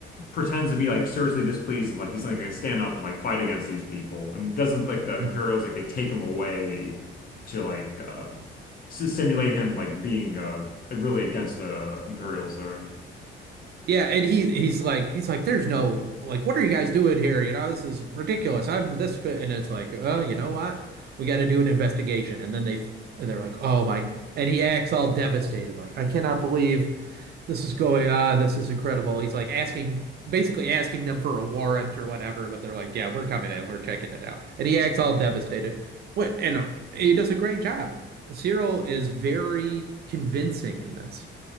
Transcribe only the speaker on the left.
pretends to be like seriously displeased and like he's like I stand up and like fight against these people and doesn't like the Imperials
like they take him away to like uh s- simulate him like being uh really against the Imperials there.